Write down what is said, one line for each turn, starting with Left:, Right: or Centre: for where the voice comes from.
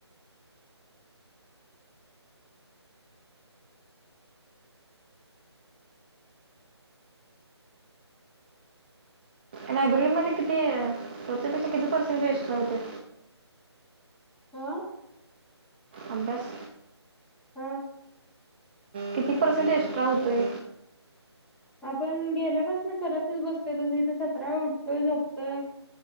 Right: लायब्ररी मध्ये किती वरच्यापेक्षा किती पर्सेंटेज एक्सट्रा होते.
Centre: हा
Right: अभ्यास
Centre: होय.
Right: किती पर्सेंट एक्स्ट्रा हूतय
Centre: आपण गेल्यापासन करतच बसतोय तस इथ सतरावेळा उठतोय झोपतोय